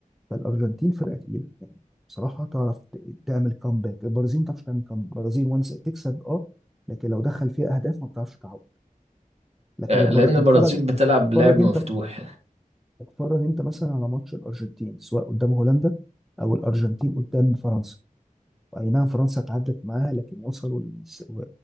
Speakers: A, in the centre; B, on the right (about 45°).
A: فالارجنتين فرقه تقيله يعني بصراحه تعرف ت- تعمل كومباك البرازيل ما تعرفش تعمل كومباك البرازيل وانس تكسب اه لكن لو دخل فيها اهداف ما بتعرفش تعوض لكن
B: آه،
A: البر...
B: لأن
A: اتفرج
B: البرازيل بتلعب
A: اتفرج
B: بلعب مفتوح
A: انت اتفرج انت مثلا على ماتش الارجنتين سواء قدام هولندا او الارجنتين قدام فرنسا اي نعم فرنسا اتعادلت معاها لكن وصلوا للس- و-